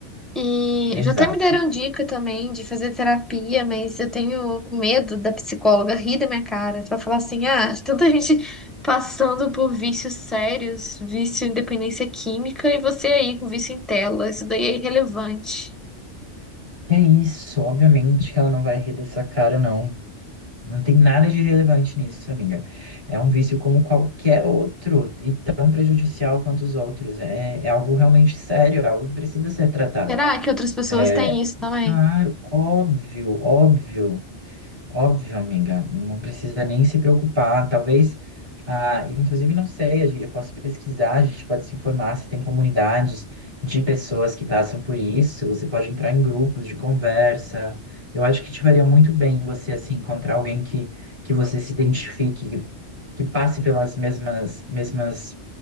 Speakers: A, in the centre; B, on the right (about 40°).
A: E
B: Exato.
A: já até me deram dica também de fazer terapia, mas eu tenho medo da psicóloga rir da minha cara. Vai falar assim: ah, tanta gente passando por vícios sérios, vício em dependência química, e você aí com vício em tela. Isso daí é irrelevante.
B: É isso, obviamente que ela não vai rir dessa cara, não. Não tem nada de relevante nisso, amiga. É um vício como qualquer outro e tão prejudicial quanto os outros. É, é algo realmente sério, é algo que precisa ser tratado.
A: Será que outras pessoas
B: É,
A: têm isso também?
B: claro, óbvio, óbvio. Óbvio, amiga, não precisa nem se preocupar. Talvez, ah, inclusive, não sei, a gen- eu posso pesquisar, a gente pode se informar se tem comunidades de pessoas que passam por isso. Você pode entrar em grupos de conversa. Eu acho que te faria muito bem você, assim, encontrar alguém que, que você se identifique, que que passe pelas mesmas, mesmas